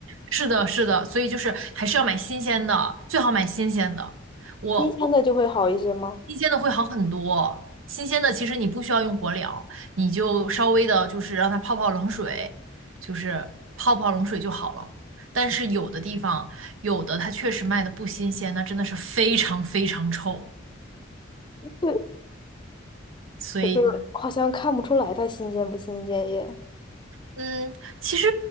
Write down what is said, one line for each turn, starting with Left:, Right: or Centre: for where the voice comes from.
Right: 是的，是的，所以就是还是要买新鲜的，最好买新鲜的。我
Left: 新鲜的就会好一些吗？
Right: 新鲜的会好很多，新鲜的其实你不需要用火燎，你就稍微的就是让它泡泡冷水，就是泡泡冷水就好了。但是有的地方，有的它确实卖的不新鲜，那真的是非常非常臭。
Left: 对，
Right: 所以就是
Left: 可是好像看不出来它新鲜不新鲜耶。
Right: 嗯，其实